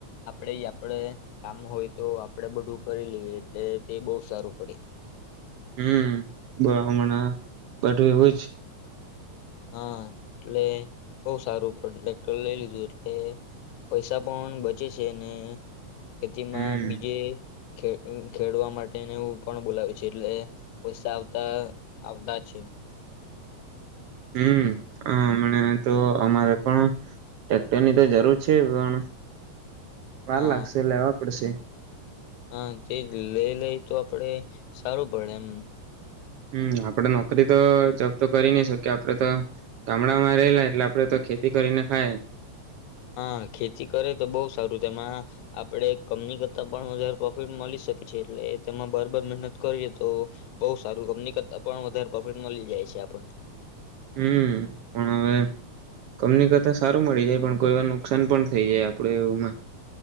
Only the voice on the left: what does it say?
આપડે આપડે કામ હોય તો આપણેે બધું કરી લઈએ એટલે તે બો સારું પડે.
હા એટલે બો સારું પડે ટ્રેક્ટર લઈ લીધું એટલે પૈસા પણ બચે છે ને ખેતીમાં
બીજે ખે ખેડવા માટેને એવું પણ બોલાવે છે એટલે પૈસા આવતા આવતા છે.
હા
હા તેજ લઈ લઈ તો આપડે સારું પડે એમ.
હા ખેતી કરે તો બહું સારું તેમાં આપડે કમની કરતા પણ વધારે પ્રોફિટ મળી શકે છે એટલે તેમાં બરાબર મહેનત કરીએ તો બહુ સારું કંપની કરતાં પણ વધારે પ્રોફિટ મળી જાય છે આપણને.